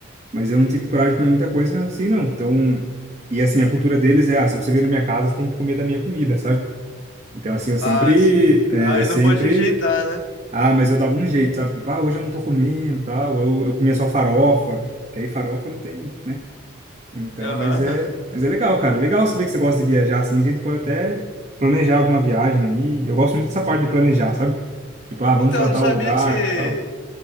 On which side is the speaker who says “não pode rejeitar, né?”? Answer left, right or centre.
Left